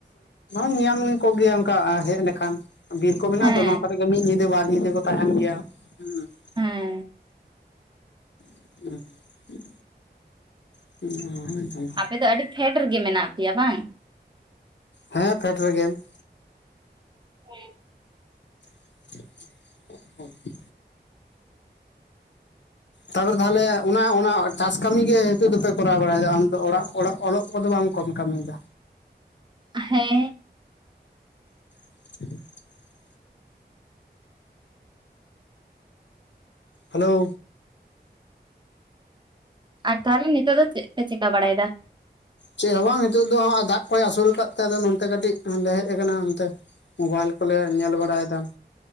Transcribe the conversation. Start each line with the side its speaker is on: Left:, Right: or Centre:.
Left: <unintelligible> ᱧᱟᱢ ᱾ ᱠᱚ ᱜᱮ ᱚᱱᱠᱟ ᱦᱮᱡ ᱞᱮᱠᱷᱟᱱ ᱾ ᱵᱤᱨ ᱠᱚ ᱢᱮᱱᱟᱜ-ᱟ
Right: ᱦᱮᱸ
Left: ᱛᱚ ᱱᱚᱶᱟ ᱠᱚᱨᱮ ᱜᱮ ᱢᱤᱫ ᱧᱤᱫᱟᱹ, ᱵᱟᱨ ᱧᱤᱫᱟᱹ ᱠᱚ ᱛᱟᱦᱮᱱ ᱜᱮᱭᱟ ᱦᱮᱸ ᱾
Right: ᱦᱮᱸ
Left: <unintelligible> <inaudible>
Right: ᱟᱯᱮ ᱫᱚ ᱟᱹᱰᱤ ᱯᱷᱮᱰ ᱨᱮᱜᱮ ᱢᱮᱱᱟᱜ ᱯᱮᱭᱟ ᱵᱟᱝ?
Left: ᱦᱮᱸ ᱯᱷᱮᱰ ᱨᱮᱜᱮᱢ ᱾
Right: ᱦᱮᱸ ᱾
Left: <unintelligible> ᱛᱟᱯᱚᱨᱮ ᱛᱟᱦᱚᱞᱮ ᱚᱱᱟ, ᱚᱱᱟ ᱴᱟᱥ ᱠᱟᱹᱢᱤ ᱜᱮ ᱱᱤᱛᱚᱜ ᱫᱚᱯᱮ ᱠᱚᱨᱟᱣ ᱵᱟᱲᱟᱭᱮᱫᱟ? ᱟᱢᱫᱚ ᱚᱲᱟᱜ ᱚᱲᱟᱜ ᱚᱞᱚᱜ ᱾ ᱠᱚ ᱫᱚ ᱵᱟᱝ ᱠᱚᱢ ᱠᱟᱹᱢᱤᱭᱮᱫᱟ?
Right: ᱦᱮᱸ ᱾
Left: <inaudible> ᱦᱮᱞᱳ ᱾
Right: ᱟᱨ ᱛᱟᱦᱚᱞᱮ ᱱᱤᱛᱚᱜ ᱫᱚ ᱪᱮᱫ ᱯᱮ ᱪᱮᱠᱟ ᱵᱟᱲᱟᱭᱮᱫᱟ?
Left: ᱪᱮᱫ ᱦᱚᱸ ᱵᱟᱝ ᱱᱤᱛᱚᱜ ᱫᱚ ᱦᱟᱸᱜ ᱫᱟᱜ ᱠᱚᱭ ᱦᱟᱹᱥᱩᱨ ᱟᱠᱟᱫ ᱛᱮ ᱟᱫᱚ ᱱᱚᱛᱮ ᱠᱟᱹᱴᱤᱡ ᱞᱮ ᱦᱮᱡ ᱟᱠᱟᱱᱟ ᱚᱱᱛᱮ ᱾ ᱢᱚᱵᱟᱭᱤᱞ ᱠᱚᱞᱮ ᱧᱮᱞ ᱵᱟᱲᱟᱭᱮᱫᱟ ᱾